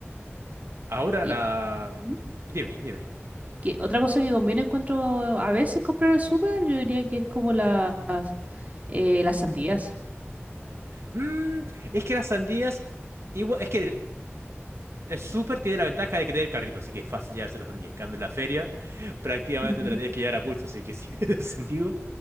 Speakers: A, on the right (about 70°); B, on the right (about 35°).
A: Ahora
B: Y
A: la...
B: ¿Mm?
A: Dime, dime.
B: que otra cosa que conviene encuentro a veces comprar en el súper, yo diría que es como las Eh, las sandías.
A: Mm, es que las sandías, igual, es que Es súper, tiene la ventaja de que tiene el carrito, así que es fácil llevarse la sandía. En cambio, en la feria <laughs> prácticamente
B: Ujú,
A: te la tienes que llevar a pulso, así que sí, <laughs> en ese sentido,